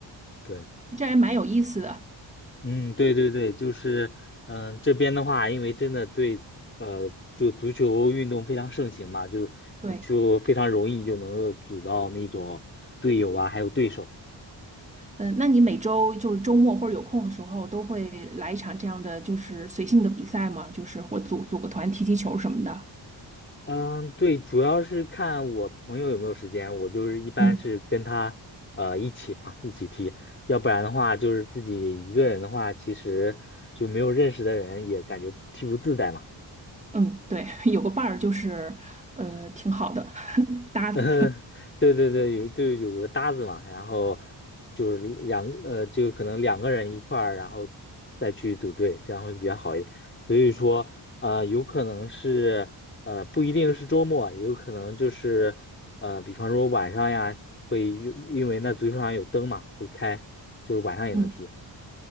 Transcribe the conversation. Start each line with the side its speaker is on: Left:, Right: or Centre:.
Left: 对。
Right: 这还蛮有意思的。
Left: 嗯，对对对，就是，嗯，这边的话，因为真的对，呃，就足球运动非常盛行嘛，就就非常容易就能够组到那种队友啊，
Right: 对。
Left: 还有对手。
Right: 嗯，那你每周就是周末或者有空的时候，都会来一场这样的就是随性的比赛吗？就是我组组个团踢踢球什么的。
Left: 嗯，对，主要是看我朋友有没有时间，我就是一般是跟他呃一起嘛，
Right: 嗯
Left: 一起踢，要不然的话就是自己一个人的话，其实就没有认识的人也感觉踢不自在嘛。
Right: 嗯，对，<laughs> 有个伴儿就是呃挺好的 <laughs> 搭子。
Left: 嗯，<laughs> 对对对，有对有个搭子嘛，然后就是两呃，就可能两个人一块儿，然后再去组队，这样会比较好一点。所以说，呃，有可能是呃，不一定是周末，也有可能就是呃，比方说晚上呀，会因因为那足球场有灯嘛，会开，就是晚上也能踢。
Right: <laughs> 嗯，